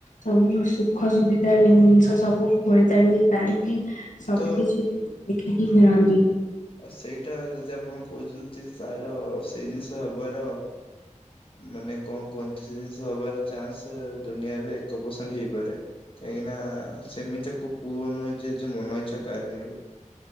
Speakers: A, on the left; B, on the left.
A: ସବୁ ସୁଖ ସୁବିଧା ଜିନିଷ ସବୁ ଖୋଳି ତାଡିକି ଗାଣି ସବୁ
B: ତ
A: କିଛି ଦେଖିକି କିଣନ୍ତି।
B: ଆ ସେଇଟା ଯଦି ଆପଣ କହୁଛନ୍ତି ତାର ସେଇ ଜିନିଷ ହବାର ମାନେ କଣ କୁନ୍ତି ଜିନିଷ ହବାର ଚାନ୍ସ ଦୁନିଆରେ ଏକ ପରସେଣ୍ଟ ହେଇପାରେ କାହିଁକି ନା ସେମିତି କ ପୁଅ ନୁହେଁ ଯେ ମନ ଇଚ୍ଛା କାର କିଣିବ